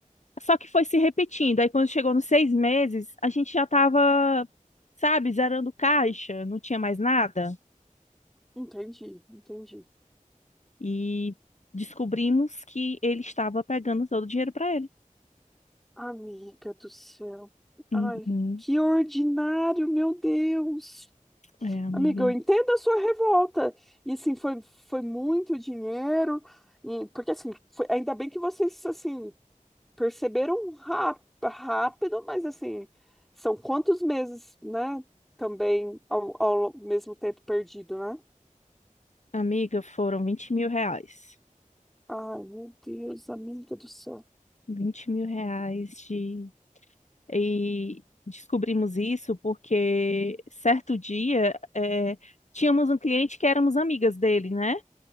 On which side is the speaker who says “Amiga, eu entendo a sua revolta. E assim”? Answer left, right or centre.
Centre